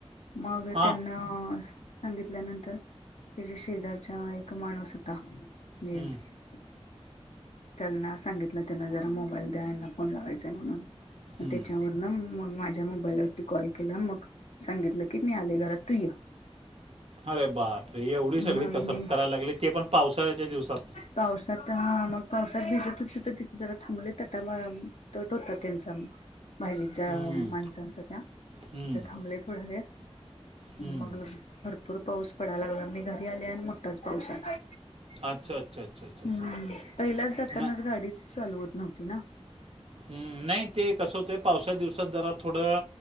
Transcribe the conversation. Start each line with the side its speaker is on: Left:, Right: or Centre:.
Left: मग
Right: हा
Left: त्यांना- अ सांगितल्यानंतर त्याच्या शेजारचा एक माणूस होता. जन
Right: हम्म.
Left: <inaudible> त्यांना सांगितलं त्यांना जरा मोबाईल द्याना फोन लागायचाय म्हणून,
Right: हम्म.
Left: त्याच्यावरन मग माझ्या मोबाईलवरती कॉल केला, मग सांगितलं की मी आले घरात तू यं.
Right: अरे बाप रे! एवढी सगळी
Left: मग
Right: कसरत
Left: मी
Right: करायला लागली, ते पण पावसाळ्याच्या दिवसात.
Left: पावसात का, मग पावसात भीजत इथं-तिथे जरा थांबले तर त्यामुळे द्या पत्ता त्यांचा बाजूच्या
Right: हम्म.
Left: माणसांचा का?
Right: हम्म.
Left: इथं थांबलेत व्हय हे,
Right: हम्म.
Left: मग लगेच भरपूर पाऊस पडायला लागला, मी घरी आली आणि मोठाच पाऊस आला.
Right: अच्छा अच्छा अच्छा अच्छा अच्छा
Left: हम्म. पहिलाच जातानाच
Right: ना-
Left: गाडीच चालू होत नव्हती ना.
Right: हम्म, नाही ते कसं होते पावसात दिवसात जरा थोडं,